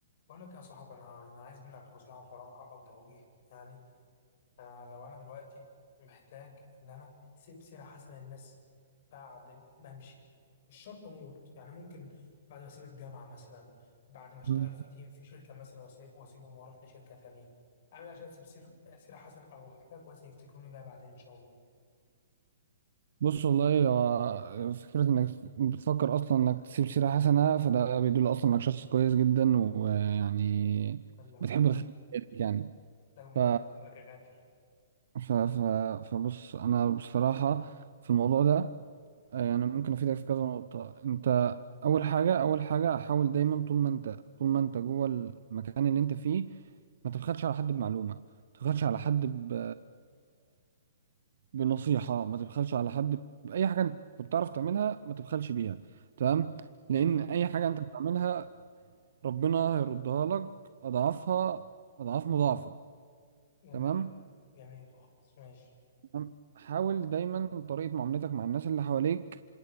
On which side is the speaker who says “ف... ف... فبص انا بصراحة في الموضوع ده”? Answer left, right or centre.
Right